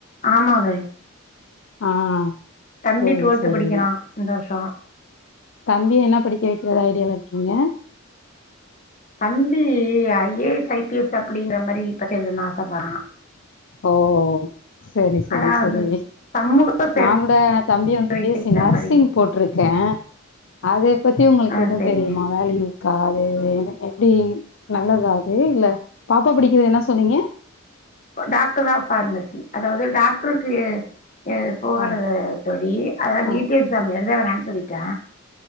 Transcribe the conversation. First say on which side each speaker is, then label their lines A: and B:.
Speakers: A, on the left; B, on the left.
A: ஆமா தோழி
B: ஆ
A: தம்பி
B: சரி
A: டுவெல்த்
B: சரி
A: படிக்கிறா இந்த வருஷோ
B: தம்பிய என்ன படிக்க வைக்கிறதா ஐடியாவுல இருக்கீங்க
A: தம்பி I A S, I P S அப்டின்ற மாரி பரிச்சை எழுதனுனு ஆசைப்பட்றா
B: ஓ செரி செரி
A: அதாவது
B: செரி
A: சமூக சேவை
B: நா கூட தம்பிய வந்து
A: வை
B: பி எஸ்
A: செய்ற
B: சி நர்சிங்
A: மாரி
B: போட்ருக்கே அதை பத்தி உங்களுக்கு
A: ஆ
B: எதுவும்
A: சரிங்க
B: தெரியுமா வேல்யூ ருக்கா அது அது எப்படி நல்லதா அது இல்ல பாப்பா படிக்கிறது என்ன சொன்னீங்க
A: டாக்டர் ஆஃப் பஃபார்மசி அதாவது டாக்டருக்கு இது போகல
B: ஆ
A: தோழி, அதாவது
B: ஆ
A: நீட் எக்ஸாம் எழுத வேணானு சொல்லிட்டே